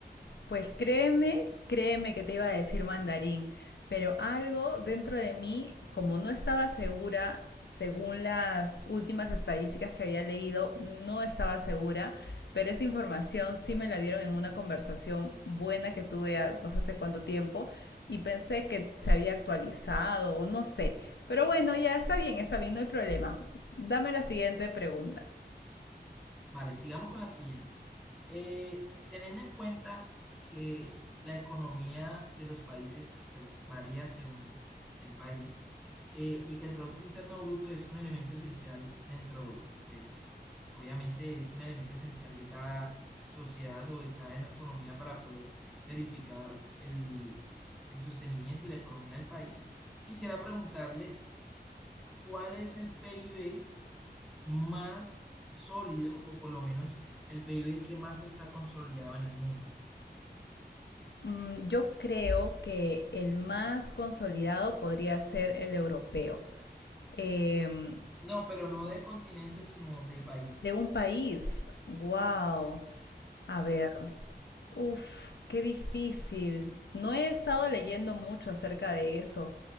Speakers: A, on the left (about 80°); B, in the centre.
A: Pues créeme, créeme que te iba a decir mandarín, pero algo dentro de mí, como no estaba segura, según las últimas estadísticas que había leído, no estaba segura, pero esa información sí me la dieron en una conversación buena que tuve a- no sé hace cuánto tiempo y pensé que se había actualizado o no sé. Pero bueno, ya está bien, está bien, no hay problema. Dame la siguiente pregunta.
B: Vale, sigamos con la siguiente. Eh, teniendo en cuenta que la economía de los países pues varía según el país eh, y que el Producto Interno Bruto es un elemento esencial dentro, pues obviamente es un elemento esencial de cada sociedad o de cada economía para poder verificar el, el sostenimiento y la economía del país, quisiera preguntarle cuál es el PIB más sólido o por lo menos el PIB que más está consolidado en el mundo.
A: Mm, Yo creo que el más consolidado podría ser el europeo. Em,
B: No, pero no de continentes, sino de países.
A: de un país. Wow. A ver. Uf, qué difícil. No he estado leyendo mucho acerca de eso.